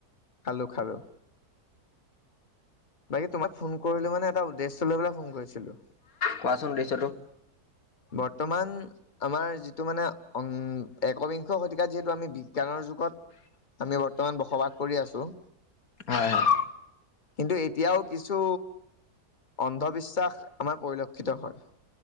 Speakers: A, on the left; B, on the left.
A: খালো খালো বাকী তোমাক ফোন কৰিলো মানে এটা উদ্দেশ্য লৈ পেলাই ফোন কৰিছিলো
B: কোৱাচোন দৃশ্যটো।
A: বৰ্তমান আমাৰ যিটো মানে উম একবিংশ শতিকাত যিহেতু আমি বিজ্ঞানৰ যুগত আমি বৰ্তমান বসবাস কৰি আছো
B: হয় হয়।
A: কিন্তু এতিয়াও কিছু অন্ধবিশ্বাস আমাৰ পৰিলক্ষিত হয় ।